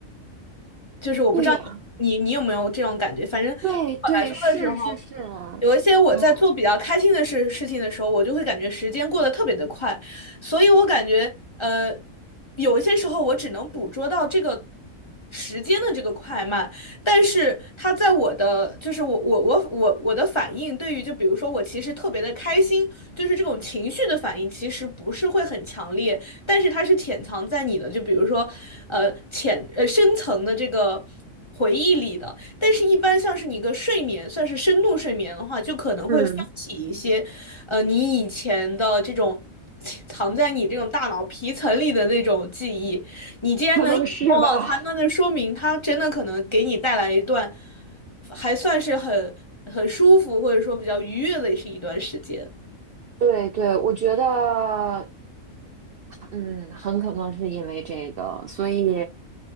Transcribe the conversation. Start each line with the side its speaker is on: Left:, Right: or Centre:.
Left: 就是我不知道你你你有没有这种感觉，
Right: 对呀。
Left: 反正对我来说的时候，
Right: 对对，是是是，
Left: 有一些我在做比较开心的事事情的时候，
Right: 嗯，
Left: 我就会感觉时间过得特别的快，所以我感觉呃，有一些时候我只能捕捉到这个时间的这个快慢，但是它在我的就是我我我我我的反应，对于就比如说我其实特别的开心，就是这种情绪的反应，其实不是会很强烈。但是它是潜藏在你的，就比如说，呃，浅呃深层的这个回忆里的。但是，一般像是你一个睡眠，算是深度睡眠的话，就可能会发起一些，
Right: 嗯，
Left: 呃，你以前的这种藏在你这种大脑皮层里的那种记忆。你既然能一直梦到它，
Right: 可能是吧。
Left: 那就说明它真的可能给你带来一段还算是很很舒服，或者说比较愉悦的是一段时间。
Right: <laughs> 对对，我觉得，嗯，很可能是因为这个，所以